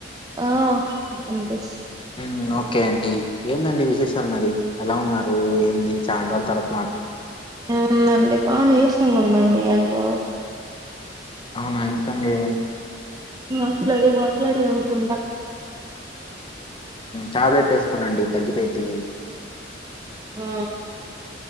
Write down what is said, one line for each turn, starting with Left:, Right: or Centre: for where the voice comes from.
Right: ఆ వినిపిస్
Left: మ్మ్ ఓకే అండి ఎందండి వి విశేషాలు మరి ఎలా ఉన్నారు ఏంది చాన్ రోజులు తర్వాత్
Right: అవునండి బా నీరసంగా ఉన్ ఉందండి అంటూ
Left: అవునా ఎందుకండి
Right: మాట్లాడి వా మాట్లాడి అనుకుంటా
Left: టాబ్లెట్ వేసుకోనండి తగ్గిపోద్ది
Right: ఆ